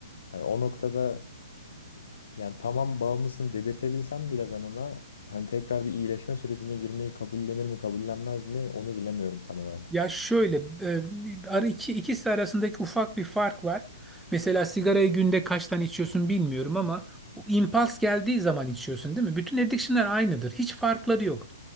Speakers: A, on the left; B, in the centre.
A: Hani o noktada yani tamam bağımlısın dedirtebilsem bile ben ona hani tekrar bir iyileşme sürecine girmeyi kabullenir mi kabullenmez mi onu bilemiyorum tam olarak.
B: Ya şöyle, e, ara- iki, ikisi arasındaki ufak bir fark var. Mesela sigarayı günde kaç tane içiyorsun bilmiyorum ama o impuls geldiği zaman içiyorsun değil mi? Bütün addiction'lar aynıdır. Hiç farkları yok.